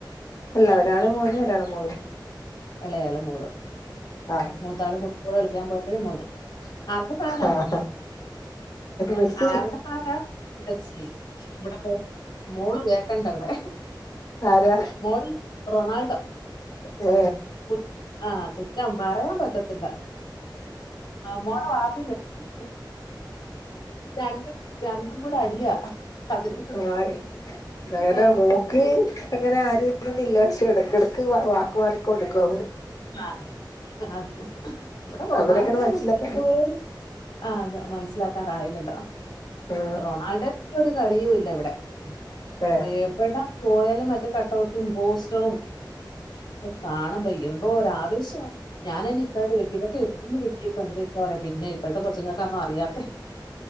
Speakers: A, on the left; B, on the left.
A: അല്ല, ഒരാള് മോനും, ഒരാള് മോളും.
B: എളയാള് മോള്.
A: ആഹ്
B: മൂത്താള് ഫുട്ബോൾ കളിക്കാൻ പോയപ്പോഴ, മോന് ആരുടെ ഫാനാ?
A: ആഹ് മെസ്സി
B: ആരുടെ ഫാനാ, മെസ്സി ഇവിടെ മോ മോള്, കേക്കണ്ട ഇവിടെ,
A: ആരാ
B: മോള് റൊണാൾഡോ.
A: ഏ
B: കുറ്റം, ആഹ്, കുറ്റം പറയാൻ പറ്റത്തില്ല. മോൾടെ വാപ്പയും മെസ്സി രണ്ടും. രണ്ടും കൂടെ അടിയാ. അതിന്
A: ആഹ്, അങ്ങനെ
B: ആ,
A: മോൾക്ക്. അങ്ങനെ ആരും വേണം എന്നില്ല. പക്ഷെ ഇടക്ക്, ഇടക്ക് വാക്ക് മാറി കൊണ്ടിരിക്കും.
B: ആഹ്, ആഹ് ഇവിടെ റൊണാൾഡോ
A: അവരങ്ങനെ മനസ്സിലാക്കാന്
B: വിട്ട് ഒര്. ആഹ്, അത് മനസ്സിലാക്കാറായില്ല ല്ലോ?
A: ആഹ്
B: റൊണാൾഡോന്റെ ഒരു കളിയും ഇല്ല ഇവിടെ. <unintelligible>
A: ഏഹ്
B: എവിട, പോയാലും മറ്റേ കട്ടൗട്ടും പോസ്റ്ററും ഒക്കെ കാണുംപോ, എന്ത്. ഓ രാവേശമാ ഞാനനി. ക്ക ഇതൊക്കെ വിട്ന്ന് കിട്ടി, <unintelligible> പറ പിന്നെ ഇപ്പോഴത്തെ കൊച്ചുങ്ങക്കെ ഒന്നും അറിയാത്തെ.